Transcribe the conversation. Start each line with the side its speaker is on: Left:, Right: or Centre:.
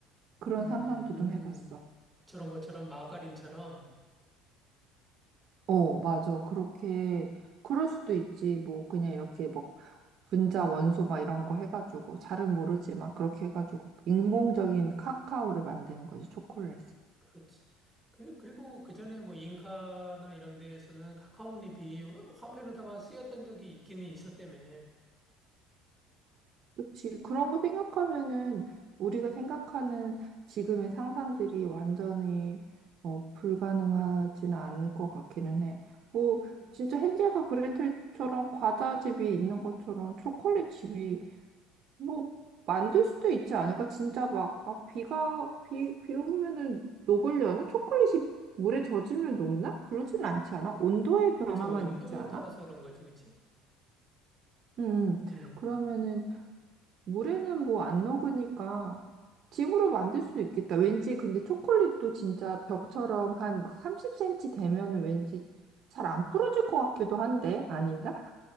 Right: 그런
Centre: 음,
Right: 상상도 좀 해봤어.
Centre: 저런 것처럼 마가린처럼,
Right: 어, 맞아. 그렇게, 그럴 수도 있지. 뭐, 그냥 이렇게 뭐, 분자, 원소 막 이런 거 해가지고, 잘은 모르지만, 그렇게 해가지고, 인공적인 카카오를 만드는 거지, 초콜릿을.
Centre: 그렇지. 그, 그리고 그 전에 뭐 잉카나 이런 데에서는 카카오잎이 화폐로다가 쓰였던 적이 있기는 있었다며.
Right: 그치. 그런 거 생각하면은, 우리가 생각하는 지금의 상상들이 완전히, 어, 불가능하지는 않을 것 같기는 해. 뭐,
Centre: 음,
Right: 진짜 헨젤과 그레텔처럼 과자집이 있는 것처럼 초콜릿 집이 뭐 만들 수도 있지 않을까? 진짜 막 아, 비가 비, 비 오면은 녹으려나? 초콜릿이 물에 젖으면 녹나? 그러진 않지 않아? 온도의 변화만
Centre: 그렇지. 온도에
Right: 있지 않아?
Centre: 따라서 그런 거지, 그치?
Right: 음,
Centre: 음,
Right: 그러면은 물에는 뭐 안 녹으니까 집으로 만들 수도 있겠다. 왠지 근데 초콜릿도 진짜 벽처럼 한 30cm 되면은 왠지 잘 안 풀어질 것 같기도 한데 아닌가?